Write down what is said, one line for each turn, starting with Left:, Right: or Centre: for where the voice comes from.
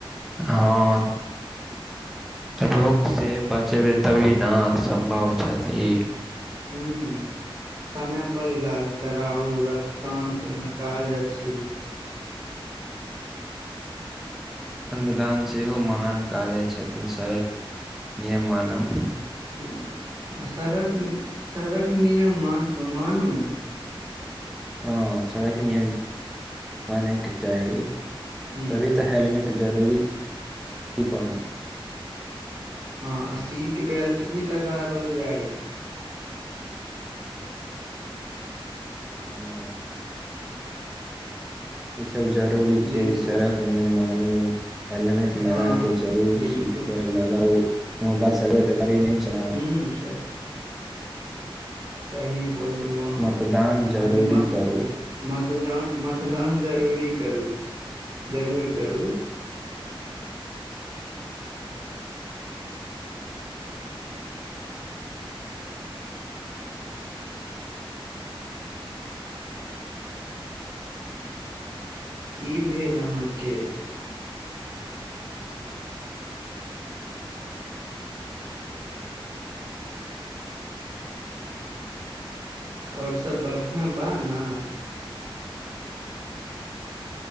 Centre: हंऽऽ। रोग से बचेबै तभी न, सम्भव छथि।
Right: हूंऊं। समय पर इलाज कराउ, रक्तआन पून काज अछि।
Centre: अङ्गदान सेहो महान कार्य छथिन, सड़क नियम मानब
Right: हुं, आ सड़क सड़गक नियम मान मानू।
Centre: हँ, सड़क नियम मानैके चाही।
Right: हुं
Centre: तभी तऽ, हेलमेट जरूरी, पहन
Right: हं, आ सीट बेल्ट भी लगावल जाय।
Centre: हँ। ईसभ जरूरी
Right: देखू
Centre: छै, सड़क नियम मानू। हेलमेट लगा
Right: हाँ
Centre: के चलु,
Right: बिल्कुल
Centre: सीट बेलट लगाउ, मोबाइल सबेत गाड़ी नैइ चलाउ।
Right: हूँ सही। सही बोललू अहाँ!
Centre: मतदान जरूरी
Right: अंदि मत
Centre: करू
Right: मतजान मतदान जरूरी करू, जरूर करू। ओ <inaudible> की भेल अहाँके? आओर सब बढ़िआं बा ने?